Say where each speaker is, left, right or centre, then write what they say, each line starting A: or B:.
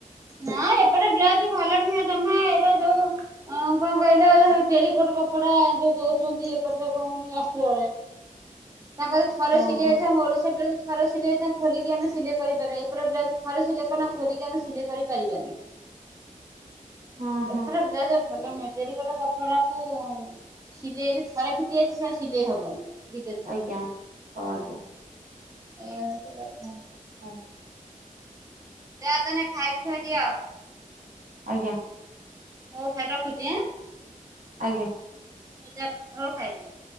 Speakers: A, on the right; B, on the right.
A: ନା ଏପଟେ ବ୍ଲାଉଜ ଭଲ ନୁହଁ ଜମା ଏ ଯୋଉ ହ କଣ କହିଲ ଟେରିକୋଟ କପଡା ଯୋଉ ଦଉଛନ୍ତି ଏପଟ କଣ କହୁନି ଅସ୍ତ୍ରରେ ତାଙ୍କର ଥରେ
B: ଓହୋ
A: ସିଲି ଯାଇଛ ମୋର ସେ ବ୍ଲା ଥର ସିଲେଇଲିକି ଆେ ସିଲେଇ କରିପାର ଏପ ଥର ସିଲେୋଲିକି ଆ ସିଲେ କରିପାରିବାନି
B: ହଁ
A: ଏପଟେ
B: ହଁ
A: ବ୍ଲା ଭଲ ନୁହେଁ। ଯଦି ଗୋଟେ କପଡା କୁ ସିଲେଇ ଥରେ ଫିଟି ଯାଇଛି ସେ ସିଲେଇ ହବନି। ଦ୍ୱିତୀୟ ଥର
B: ଆଜ୍ଞା ହଉ ଆଜ୍ଞା
A: ଏଇୟା ହଉଚି କଥା।
B: ହଁ।
A: ଯାହା ତମେ ଖାଇ ଖୁଆ ଦିଅ।
B: ଆଜ୍ଞା।
A: ହଉ ଖାଲି ରଖୁଛିଁ?
B: ଆଜ୍ଞା।
A: ଜା ହଉ ଖାଇଦିଅ